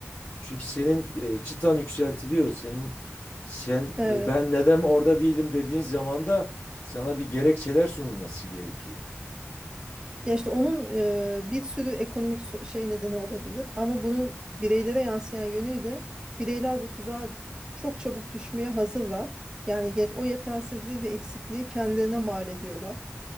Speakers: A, on the left; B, on the right.
A: Çünkü senin e, çıtan yükseltiliyor. Senin sen
B: Evet.
A: e, ben neden orada değilim dediğin zaman da sana bir gerekçeler sunulması gerekiyor.
B: Ya işte onun e, bir sürü ekonomik so- şey nedeni olabilir ama bunun bireylere yansıyan yönüyle bireyler bu tuzağa çok çabuk düşmeye hazırlar. Yani yet o yetersizliği ve eksikliği kendilerine mal ediyorlar.